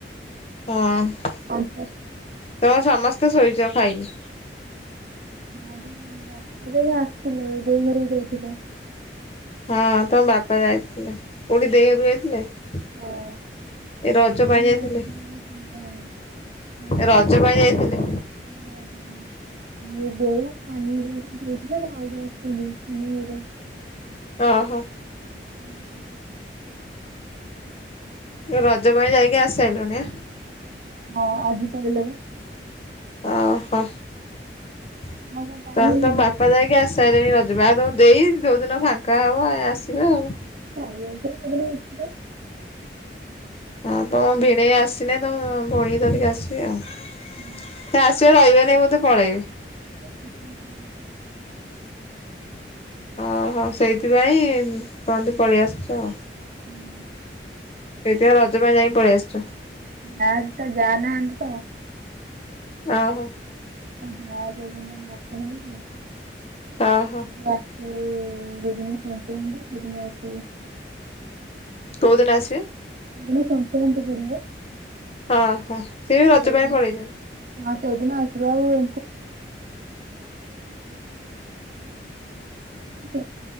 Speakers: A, on the left (about 35°); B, on the right (about 50°).
A: ହଁ
B: ବାପା
A: ତମ ସମସ୍ତେ ଶୋଇଛ ଖାଇକି?
B: ଆଜି ରାସ୍ତା ଦେଇ ଆସିଥିଲେ ଦେଇ ଘରକୁ ଯାଇଥିଲେ।
A: ହଁ ତମ ବାପା ଯାଇଥିଲେ କୋଉଠି ଦେଇ ଘରକୁ ଯାଇଥିଲେ?
B: ହଁ।
A: ଏ ରଜ ପାଇଁ
B: ଏଇ
A: ଯାଇଥିଲେ
B: ଆସି ଯାଇ <unintelligible>
A: ରଜ ପାଇଁ ଯାଇଥିଲେ
B: <unintelligible> ଆଉ ବୋଉ ନାନୀ ହେରିକା ଯାଇଥିଲେ <unintelligible>
A: ଓହୋ।
B: ହୁଁ ହୁଁ ହୁଁ ହୁଁ।
A: ରଜ ପାଇଁ ଯାଇକି ଆସି ସାରିଲୁଣି ଆ?
B: ହଁ ଆଜି <inaudible>
A: ଓହୋ ତାହେଲେ
B: ଆଉ କଣ ଟାଇମ
A: ତମ
B: ହେଇନି
A: ବାପା ଯାଇକି ଆସ ସାଇଲେଣି ରଜ ପାଇଁ ଆଉ ତମ ଦେଇ ଯୋଉଦିନ ଫାଙ୍କା ହେବେ ଆସିବେ ଆଉ
B: ମୁଁ ଜାଣିନି <unintelligible>
A: ହଁ ତମ ଭିଣେଇ ଆସିନେ ତମ ଭଉଣୀ ଧରିକି ଆସିବେ ଆଉ।
B: ହୁଁ।
A: ସେ ଆସିବେ ରହିବେ ନାଇଁ ବୋଧେ ପଳେଇବେ?
B: <unintelligible>
A: ଓହୋ ସେଇଥିପାଇଁ ତହନ୍ତ ପଳେଇ ଆସିଛ ଆଉ
B: ହୁଁ।
A: ସେଥିପାଇଁ ରଜ ପାଇଁ ଯାଇକି ପଳେଇ ଆସିଛ।
B: ନା ତା ଯା ନାହାନ୍ତି ତ।
A: ଓହୋ।
B: ତା ଯା ଯାଇଛନ୍ତି ତାଙ୍କ ବାପା ଘରକୁ
A: ଓହୋ
B: ତ <inaudible> ସେ ଯୋଦିନ ଶକ୍ରାନ୍ତି ସେଦିନ ଆସିବେ।
A: କୋଉ ଦିନ ଆସିବେ?
B: ଯୋଉଁ ସଂକ୍ରାନ୍ତି ପଡିବ।
A: ଓହୋ ସିଏ ବି ରଜ
B: ସେଇଦିନ
A: ପାଇଁ ପଳେଇଛନ୍ତି।
B: ହଁ ସେଇଦିନ ଆଶ <inaudible> ଅଛନ୍ତି। <inaudible>